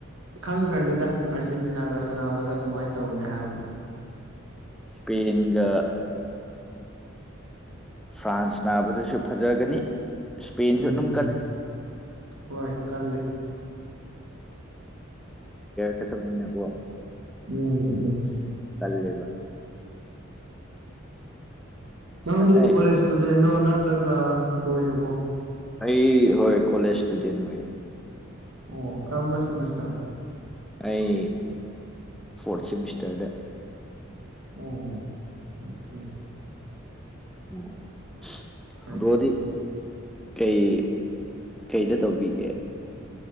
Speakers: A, on the right; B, in the centre.
A: ꯈꯪꯈ꯭ꯔꯅꯤꯗ ꯑꯥꯔꯖꯦꯟꯇꯤꯅꯥꯒ ꯁꯥꯟꯅꯕꯗ ꯀꯃꯥꯏꯅ ꯇꯧꯕꯅꯤ ꯍꯥꯏꯕꯗꯣ
B: <unintelligible> ꯐ꯭ꯔꯥꯟꯁ ꯅꯥꯕꯗꯁꯨ ꯐꯖꯒꯅꯤ ꯏꯁꯄꯦꯟꯁꯨ
A: ꯎꯝ
B: ꯑꯗꯨꯝ ꯀꯜꯂꯤ
A: ꯍꯣꯏ ꯀꯜꯂꯦ
B: ꯁꯇꯅꯦꯣ
A: ꯎꯝ ꯎꯝ
B: ꯀꯜꯂꯦꯕ
A: ꯅꯪꯗꯤ
B: ꯑꯗꯩ
A: ꯀꯣꯂꯦꯖ ꯏꯁꯇꯨꯗꯦꯟꯔꯣ ꯅꯠꯇ꯭ꯔꯒ ꯂꯣꯏꯔꯕꯣ
B: ꯑꯩ ꯍꯣꯏ ꯀꯣꯂꯦꯖ ꯏꯁꯇꯨꯗꯦꯟ ꯑꯣꯏꯌꯦ
A: ꯑꯣ ꯀꯔꯝꯕ ꯁꯦꯃꯦꯁꯇꯔ
B: ꯑꯩ ꯐꯣꯔꯟ ꯁꯦꯃꯤꯁꯇꯔꯗ
A: ꯑꯣ ꯑꯣꯀꯦ
B: <unintelligible>
A: ꯐꯔꯦ ꯐꯔꯦ
B: ꯀꯩ ꯀꯩꯗ ꯇꯧꯕꯤꯒꯦ